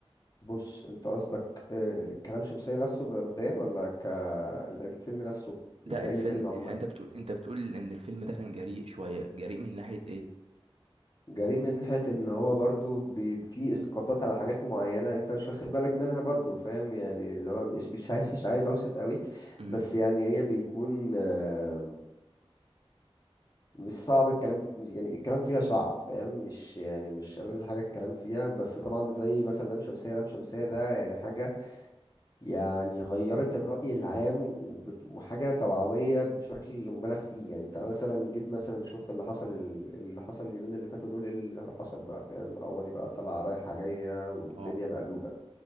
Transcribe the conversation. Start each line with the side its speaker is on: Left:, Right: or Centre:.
Left: بص انت قصدك آه، كلام شمسية نفسه بقى مبدئيا ولا كالفيلم نفسه
Right: ده
Left: يعني
Right: الفيلم
Left: اي فيلم عموما
Right: يعني انت بتقول انت بتقول ان الفيلم ده كان جريء شوية جريء من ناحية ايه
Left: جريء من ناحية ان هو برضو بي- في اسقاطات على حاجات معينة انت مش واخد بالك منها برضو فاهم يعني اللي هو مش مش عايز مش عايز اوصف قوي
Right: امم
Left: بس يعني هي بيكون آه، مش صعب الكلام يعني الكلام فيها صعب فاهم مش يعني مش ألذ حاجة الكلام فيها بس طبعا زي مثلا لام شمسية لام شمسية ده يعني حاجة يعني غيرت الرأي العام وبت- وحاجة توعوية بشكل مبالغ فيه يعني انت مثلا جيت مثلا شفت اللي حصل اللي حصل اليومين اللي فاتوا دول ايه اللي حصل بقى فاهم قواضي بقى طالعة رايحة جاية والدنيا
Right: اه
Left: مقلوبة